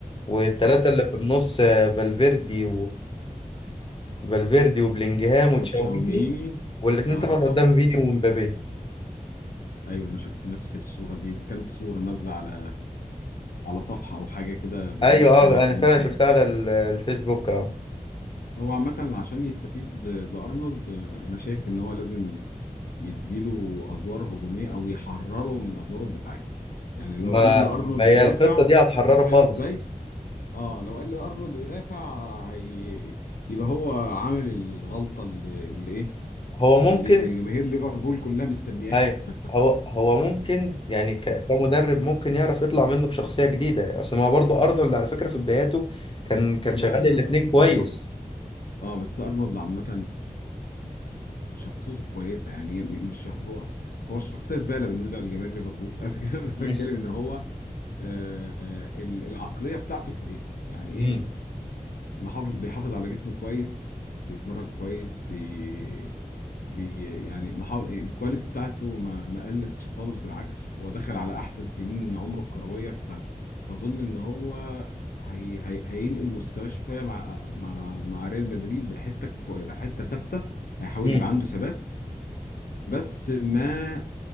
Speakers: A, on the left (about 35°); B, on the left (about 85°).
A: والتلاتة اللي في النص آه، فالفيردي وفالفيردي وبلينجهام وتشاوميني
B: وتشاوميني
A: والاتنين
B: اه
A: طبعا قدام
B: اه
A: فيني ومبابي
B: ايوه انا شفت نفس الصوره دي دي كانت صوره نازله على على صفحه او حاجه كده بيقول
A: ايوه
B: لك
A: اه
B: يعني ان
A: انا
B: ممكن
A: فعلا شفتها على ال- الفيسبوك آه.
B: هو عامه عشان يستفيد ب- بارنولد آه، انا شايف ان هو لازم يديله ادوار هجوميه او يحرره من ادواره الدفاعيه يعني لو
A: ما
B: قال لارنولد
A: ما هي
B: دافع
A: الخطة دي هتحرره
B: انت فاهم
A: خالص
B: ازاي اه لو قال لارنولد دافع هي يبقى هو عمل الغلطه اللي, اللي ايه
A: هو ممكن
B: اللي جماهير ليفربول كلها مستنياها
A: اي
B: <laughs>
A: هو هو ممكن يعني ك- كمدرب ممكن يعرف يطلع منه بشخصية جديدة اصل ما برضه ارنولد على فكرة في بداياته كان كان
B: لا
A: شغال
B: لا
A: الاتنين
B: لا
A: كويس
B: بص اه بس ارنولد عامه شخصيته كويسه يعني م- مش شخ... هو هو شخصيه زباله بالنسبه لجماهير ليفربول <laughs> بس كده انا
A: <laughs>
B: بتكلم ان هو آه، ال- العقليه بتاعته كويسه يعني
A: مم.
B: ايه محافظ بيحافظ على جسمه كويس بيتمرن كويس بي... بي يعني محافظ... الكواليتي بتاعته ما ما قلتش خالص بالعكس هو داخل على احسن سنين عمره الكرويه ف... فاظن ان هو هي... هي... هينقل مستواه شويه مع مع مع ريال مدريد لحته كوي... لحته ثابته هيحاول
A: مم.
B: يبقى عنده ثبات بس ما